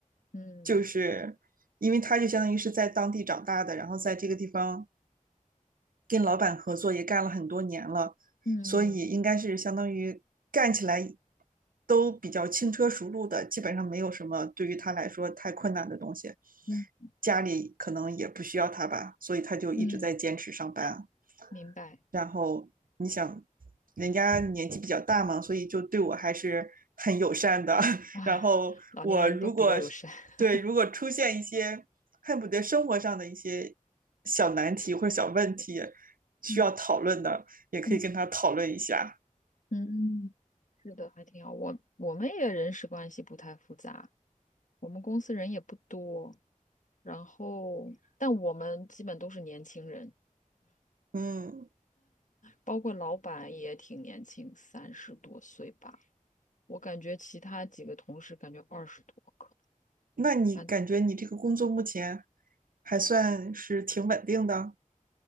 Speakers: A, on the left (about 65°); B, on the right (about 85°).
A: 嗯
B: 就是因为他就相当于是在当地长大的，然后在这个地方跟老板合作也干了很多年了，
A: 嗯嗯
B: 所以应该是相当于干起来都比较轻车熟路的，基本上没有什么对于他来说太困难的东西。
A: 嗯。嗯
B: 家里可能也不需要他吧，所以他就一直在坚持上班啊。
A: 嗯明白
B: 然后你想，人家年纪比较大嘛，所以就对我还是很友善的。<laughs>
A: 啊，
B: 然后我如果
A: 老年人都比较友善。
B: 对如果出现一些恨不得生活上的一些
A: <laughs>
B: 小难题或者小问题需要讨论的，
A: 嗯
B: 也可以跟他讨论一下。
A: 嗯嗯是的，还挺好。我我们也人事关系不太复杂，我们公司人也不多，然后但我们基本都是年轻人，
B: 嗯，
A: 包括老板也挺年轻，三十多岁吧。我感觉其他几个同事感觉二十多，可能。
B: 那你感觉你这个工作目前
A: 反。
B: 还算是挺稳定的？